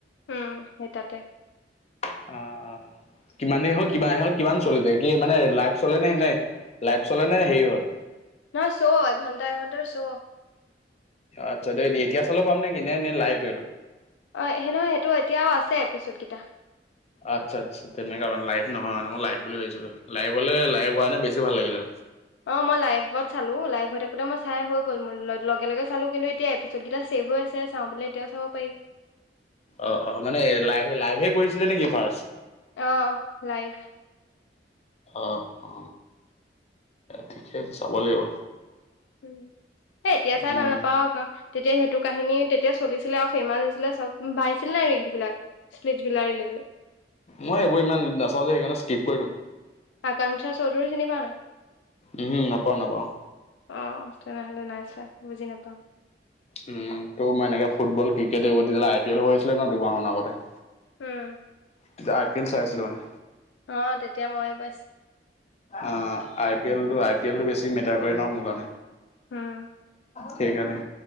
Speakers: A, on the left; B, on the left.
A: উম সেই তাতে।
B: অ কিমান দেৰি হ'ল কিমান চল দে কি মানে লাইফ চলে ন নে লাইভ চলেনে হেৰি হয়।
A: নহয় শ্ব' এঘণ্টা এঘণ্টাৰ শ্ব'।
B: আচ্ছা দে এতিয়া চালো পাম নে কি নে নে এই লাইভ সটো?
A: অঁ সে নহয় সেইটো এতিয়াও আছে এপিছডকেইটা।
B: আচ্ছা আচ্ছা তেনেককা মানে লাইভ নহয় মানে মই লাইভ বুলি ভাবিছিলো লাইভ হ'লে লাইভ হোৱা নে বেছি ভাল লাগিলে।
A: অঁ মই লাইভত চালো লাইভ হৈ থাকোতে মই চাই হৈ গ'ল মোৰ লগে লগে চালো কিন্তু এতিয়াি চ'টকেইটা ছেভো আ চাওঁ বলে এতিয়াও চাব পাৰি।
B: অঁ অঁ মানে লাইভে লাইভে কৰিছিলে নেকি ফাৰ্ষ্ট?
A: অঁ লাইফ।
B: অ অ ঠিকে আছে চাব লাগিব।
A: উম সেই এতিয়া চাই
B: উম,
A: ভাল নাপাও আকৌ তেতিয়া সেইটো কাহিনী তেতিয়া চলিছিলে আৰু ফেমাচ হৈছিলে চব পাইছিলে নাই ৰিলচ বিলাক? স্লিজ বি লিল ৰিলে <unintelligible>
B: মই এইবোৰ ইমান নাচাওঁ যে সেইকাৰণে স্কিপ কৰি দিওঁ।
A: আকাংক্ষা চৌধুৰী চিন পাও নাই?
B: উহো নাপাওঁ নাপাওঁ।
A: অ তেনেহ'লে নাই চোৱা বুজি নাপাওঁ।
B: উম ত' মই এনেকে ফুটবল ক্ৰিকেট তেতিয়াহলে এইবোৰ আই পি এল হৈ আছিলে ন দুমাহ মানৰ আগতে
A: উম
B: তেতি আই পি এ চাই আছিলে মানে।
A: অঁ তেতিয়া ময়ো পাইছোঁ।
B: অঁ আই পি এল টো আই পি এলটো বেছি মেটাৰ কৰে ন মোৰ কাৰণে।
A: উম
B: সেইকাৰনে।